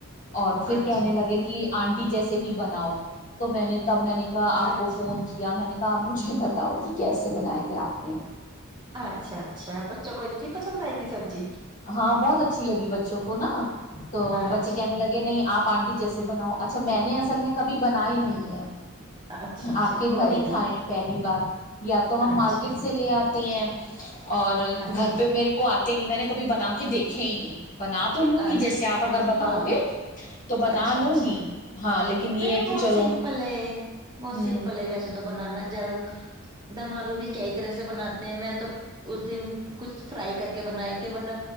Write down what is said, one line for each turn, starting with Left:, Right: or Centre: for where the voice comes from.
Left: اور پھر
Right: اچھا
Left: کہنے لگے کہ آنٹی جیسے صحیح بناؤ تو میں نے تب میں نے کہا آپ
Right: اچھا
Left: کو فون یا میں نے کہا مجھے بتاؤ کہ کیسے بناائے تھے آپ نے
Right: اچھا اچھا بچوں کوئی جی پسند آئی تھی سبزی
Left: ہاں بہت اچھی لگ بچ چ کوناا تو
Right: اچھا
Left: بچے کہنے لگے نہیں آپ آنٹی جیسے بناؤ اچھا میں نے اصل میں کبھی بنائے نہیں ہے
Right: اچھا اچھا
Left: آپ کے
Right: کوئی
Left: گھر ہی
Right: نہیں
Left: کھائے ہیں پہلی بار یا تو ہم
Right: اچھا
Left: مارکیٹ سے لے آتے ہیں اور
Right: اچھا
Left: گھر پہ میرے کو آتا تینی میں نے کبھی بنا کے دیکھے ہی نہیں بنا تو لوں
Right: اچھا
Left: گی جیسے آپ اگر بتاؤ
Right: ہاں
Left: گے تو بنا
Right: اچھا
Left: لوں
Right: اچھا
Left: گی ہاں لیکن یہ
Right: نہیں
Left: ہے کہ
Right: بہت
Left: چلو
Right: سمپل ہے بہت
Left: ہوں
Right: سمپل ہے ویسے تو بنانا زیادہ دمالو بھی کئی طرح سے بنات میں تو اس دن کچھ فرائی کر کے بنائے تھے ورنہ